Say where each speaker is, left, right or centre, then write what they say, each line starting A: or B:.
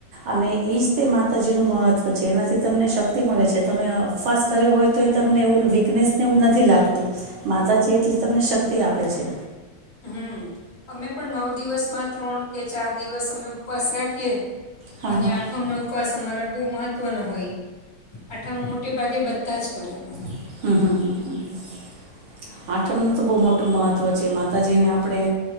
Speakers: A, on the right (about 85°); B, on the left (about 50°).
A: અને એઈજ તે માતા નું મહત્વ છે એનાથી તમને શક્તિ મળે છે તમે અપવાસ કર્યો હોય તો એ તમને એવું વીકનેસ ને એવું નથી લાગતું. માતાજી એટલી તમને શક્ તે આપે છે.
B: હમ અમે પણ નવ દિવસમાં ત્રણ કે ચાર દિવસ અમે ઉપવાસ રાખીએ.
A: હા
B: અને
A: હા
B: આઠમ નો ઉપવાસ અમારા બહુ મહત્વનો હોય. આઠા મોટે ભાગે બધા જ કર્યા મારા
A: હમ હા હ. આઠમનું તો બહુ મોટું મહત્ત્વ છે માતાજીને આપણે